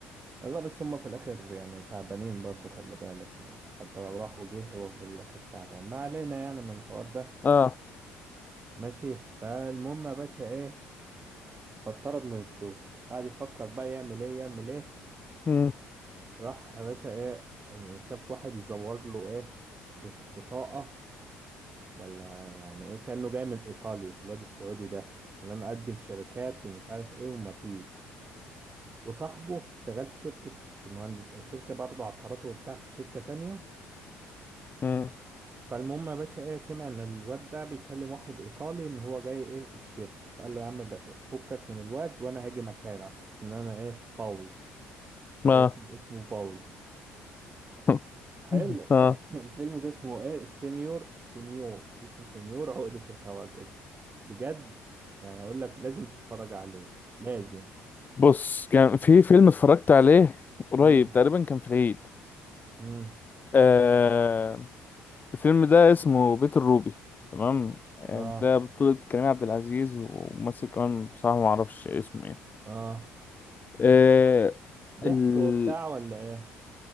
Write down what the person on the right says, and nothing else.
لا بس هم في الاخر يعني تعبانين برضه خلي بالك يعني حتى لو راح وجه هو في الاخر تعبان ما علينا يعني من الحوار ده
ماشي فالمهم يا باشا ايه فاتطرد من الشغل قعد يفكر بقى يعمل ايه يعمل ايه
راح يا باشا ايه يعني شاف واحد يزور له ايه بط- بطاقة ولا يعني ايه كأنه جاي من ايطاليا الواد السعودي ده اللي انا اقدم في شركات ومش عارف ايه وما فيش وصاحبه شغال في شركة المهندس شركة برضه عقارات وبتاع في شركة تانية
فالمهم يا باشا ايه سمع ان الواد ده بيكلم واحد ايطالي ان هو جاي ايه الشركه فقال له يا عم ب- فكك من الواد وانا هاجي مكانه على اساس ان انا ايه باول
هو اسمه اسمه باول
حلو
<laughs> الفيلم ده اسمه ايه سينيور سينيور اسمه سينيور عقدة الخواجد بجد يعني اقول لك لازم تتفرج عليه لازم
امم
امم
اه
اه
ضحك
وبتاع ولا ايه